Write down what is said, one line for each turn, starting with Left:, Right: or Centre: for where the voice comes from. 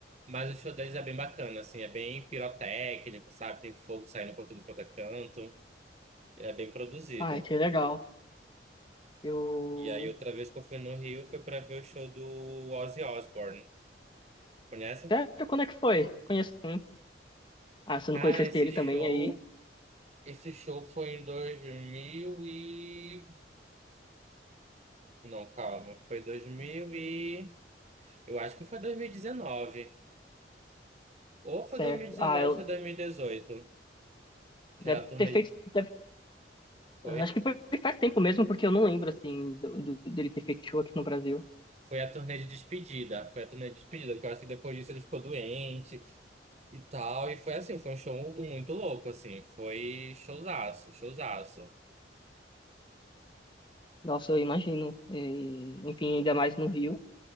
Right: mas o show deles é bem bacana, assim, é bem pirotécnico, sabe? Tem fogo saindo por tudo quanto é canto, é bem produzido.
Left: Ai, que legal. Eu.
Right: E aí, outra vez que eu fui no Rio foi pra ver o show do Ozzy Osbourne. Conhece?
Left: Sério, quando é que foi? Conheço sim. Ah, se
Right: Cara,
Left: eu não conhecesse
Right: esse
Left: ele
Right: show,
Left: também, aí.
Right: esse show foi em 2000 e... Não, calma, foi 2000 e... Eu acho que foi 2019. Ou foi
Left: Certo.
Right: 2019,
Left: Ah, eu...
Right: ou foi dois mil e dezoito Que
Left: deve
Right: era a turnê...
Left: ter feito.
Right: de-
Left: deve-
Right: Foi?
Left: Acho que foi faz tempo mesmo, porque eu não lembro, assim, do, do- dele ter feito show aqui no Brasil.
Right: Foi a turnê de despedida. Foi a turnê de despedida, porque eu acho que depois disso ele ficou doente e tal. E foi assim, foi um show muito louco, assim. Foi showzaço, showzaço.
Left: Nossa, eu imagino. E, Enfim, ainda mais no Rio.